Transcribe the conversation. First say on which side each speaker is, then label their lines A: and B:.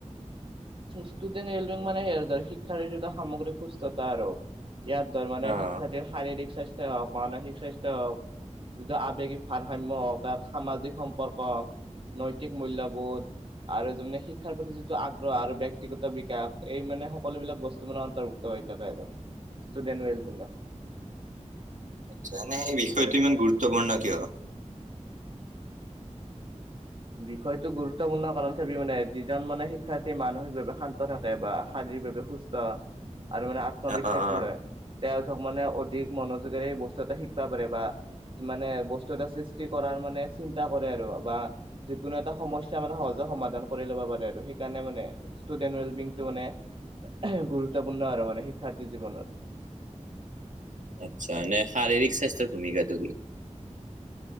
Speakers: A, on the right; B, on the right.
A: ষ্টুডেণ্ট ৱেলবিং মানে ধৰ শিক্ষাৰ যিটো সামগ্ৰীক সুস্থতা আৰু। ইয়াত ধৰ মানে
B: অ'
A: শিক্ষাৰ্থীৰ শাৰীৰিক স্বাস্থ্য হওক, মানসিক স্বাস্থ্য হওক, যিটো আবেগিক ভাৰসাম্য হওক, তাত সামাজিক সম্পৰ্ক নৈতিক মূল্যবোধ আৰু শিক্ষাৰ প্ৰতি যি আগ্ৰহ আৰু ব্যক্তিগত বিকাশ, এই মানে সকলোবিলাক বস্তু মানে অন্তৰ্ভুক্ত হৈ থাকে আৰু। ষ্টুডেণ্ট ৱেলবিং ত।
B: আচা নে, এই বিষয়টো ইমান গুৰুত্বপূৰ্ণ কিয়?
A: বিষয়টো গুৰুত্বপূৰ্ণ, কাৰণ চাবি মানে যিজন মানে শিক্ষাৰ্থী মানসিকভাৱে শান্ত থাকে বা শা - শভ সুস্থ আৰু মানে আত্মবিশ্বাসি
B: অ' অ' অ'।
A: হয়, তেওঁ ধৰক মানে অধিক মনোযোগেৰে এই বস্তু এটা শিকিবা পাৰে বা মানে বস্তু এটা সৃষ্টি কৰাৰ মানে চিন্তা কৰে আৰু বা যিকোনো এটা সমস্যা মানে সহজে সমাধান কৰি ল'ব পাৰে আৰু সেইকাৰণে মানে ষ্টুডেন্ট ৱেলবিংটো মানে গুৰুত্বপূৰ্ণ আৰু মানে শিক্ষাৰ্থী জীৱনত।
B: আচ্ছা মানে শাৰীৰিক স্বাস্থ্যৰ ভূমিকাটো কি?